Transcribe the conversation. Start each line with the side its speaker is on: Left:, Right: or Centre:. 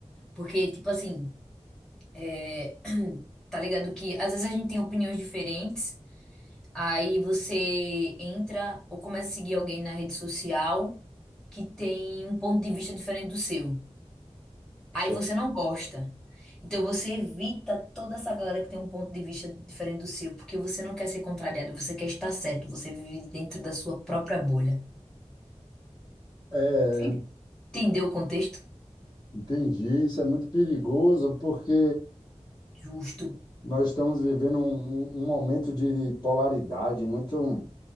Centre: Porque, tipo assim, eh, <clears throat> tá ligado que às vezes a gente tem opiniões diferentes. Aí você entra ou começa a seguir alguém na rede social que tem um ponto de vista diferente do seu.
Left: Certo.
Centre: Aí você não gosta. Então você evita toda essa galera que tem um ponto de vista diferente do seu, porque você não quer ser contrariado, você quer estar certo, você vive dentro da sua própria bolha.
Left: É,
Centre: Sim. Entendeu o contexto?
Left: entendi. Isso é muito perigoso porque
Centre: Justo.
Left: nós estamos vivendo um, um um momento de polaridade muito.